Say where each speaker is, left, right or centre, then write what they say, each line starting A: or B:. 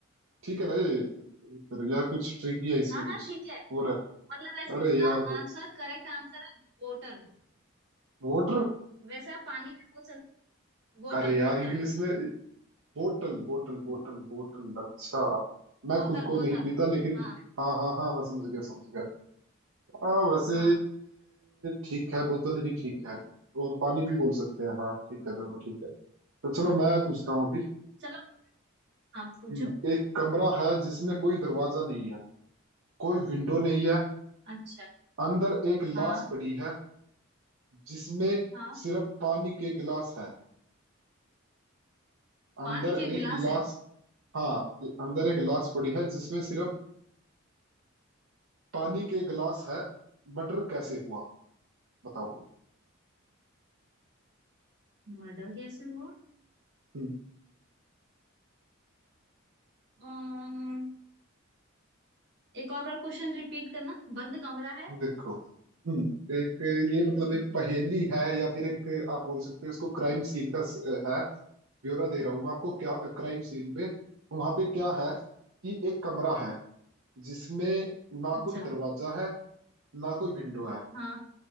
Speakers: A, on the right; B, on the right.
A: ठीक है ना ये फिर या कुछ ट्रिकी है इसमें
B: हाँ
A: कुछ
B: हाँ ठीक है
A: और है
B: मतलब ऐसे
A: अरे
B: इसका
A: यार फिर
B: आंसर करेक्ट आंसर है वाटर
A: वोटर
B: वैसे आप पानी में बोल सकते बोतल
A: अरे यार
B: बोतल
A: इंग्लिश में बोटल बोटल बोटल बोटल अच्छा मैं
B: बोतल
A: खुद को
B: बोतल
A: नहीं पीता लेकिन
B: हाँ
A: हाँ हाँ हाँ मैं समझ गया समझ गया हाँ वैसे
B: हाँ
A: ठीक है बोतल ही ठीक है और पानी भी बोल सकते हैं हाँ ठीक
B: हाँ
A: है दोनों ठीक है तो चलो
B: हाँ।
A: मैं पूछता हूँ अभी
B: चलो आप पूछो
A: हम्म, एक कमरा है जिसमें कोई दरवाजा नहीं है कोई विंडो नहीं है
B: अच्छा
A: अंदर एक लाश
B: हाँ
A: पड़ी है जिसमें
B: हाँ
A: सिर्फ पानी के गिलास है अंदर
B: पानी के गिलास
A: एक लाश
B: है
A: हाँ अंदर एक लाश पड़ी है जिसमें सिर्फ पानी के गिलास है मर्डर कैसे हुआ बताओ
B: मर्डर कैसे हुआ
A: हम्म
B: अम्म, एक और बार क्वेश्चन रिपीट करना बंद कमरा है
A: देखो हम्म एक ये मतलब एक
B: हम्म,
A: पहेली है या फिर एक आप बोल सकते हो इसको क्राइम सीन का स- है ब्यौरा दे रहा हूँ मैं आपको क्या क्राइम सीन पे वहां पे क्या है कि एक कमरा है जिसमें ना
B: अच्छा
A: कोई दरवाजा है ना कोई विंडो है
B: हाँ